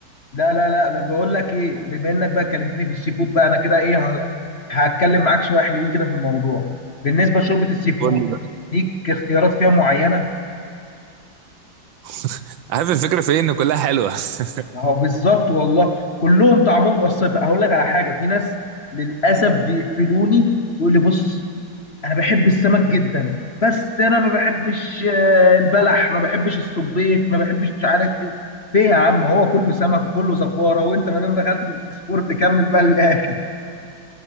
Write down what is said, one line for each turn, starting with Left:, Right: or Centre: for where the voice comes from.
Left: لا لا لا ده بقول لك ايه بما انك بقى كلمتني في السي فود بقى انا كده ايه ه- هتكلم معاك شويه حلوين كده في الموضوع بالنسبه لشوربه السي فود
Right: قول لي بقى
Left: ليك اختيارات فيها معينه
Right: <laughs> عارف الفكره في ايه ان كلها حلوه <laughs>
Left: اهو بالظبط والله كلهم طعمهم قصير هقول لك على حاجه في ناس للاسف بيقفلوني يقول لي بص انا بحب السمك جدا بس انا ما بحبش آه، البلح ما بحبش الصبيط ما بحبش مش عارف ايه ليه يا عم هو كله سمك وكله زفاره وانت ما دام دخلت في الفوسفور تكمل بقى للاخر